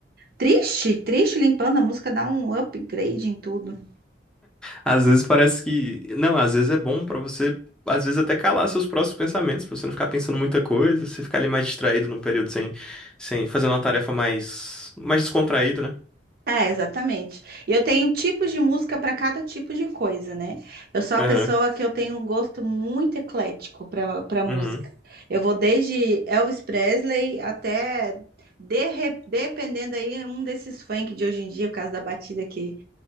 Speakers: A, on the right (about 55°); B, in the centre.
A: triste, triste limpando a música, dá um upgrade em tudo.
B: Às vezes parece que. Não, às vezes é bom pra você, às vezes até calar seus próprios pensamentos, pra você não ficar pensando muita coisa, você ficar ali mais distraído num período sem, sem fazer uma tarefa mais, mais descontraído, né?
A: É, exatamente. E eu tenho tipos de música para cada tipo de coisa, né? Eu sou a
B: Aham.
A: pessoa que eu tenho um gosto muito eclético para para música.
B: Uhum.
A: Eu vou desde Elvis Presley até de re- dependendo aí um desses funk de hoje em dia, por causa da batida que